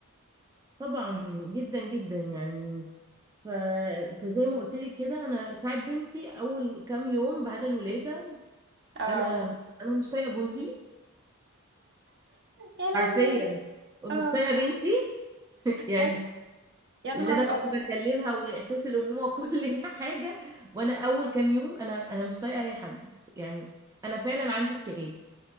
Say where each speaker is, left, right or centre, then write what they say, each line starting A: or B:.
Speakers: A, on the right (about 15°); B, on the right (about 50°).
A: طبعا جدا جدا يعني ف... فزي ما قلت لك كده انا ساعات بنتي اول كام يوم بعد الولاده
B: اه
A: انا انا مش طايقه جوزي
B: يا لهوي
A: حرفيا ومش
B: اه
A: طايقه بنتي <laughs> يعني
B: يا نه- يا نهار
A: اللي انا كنت
B: ابيض
A: بكلمها واحساس الامومه وكل <laughs> ده حاجه وانا اول كام يوم انا انا مش طايقه اي حد يعني انا فعلا عندي اكتئاب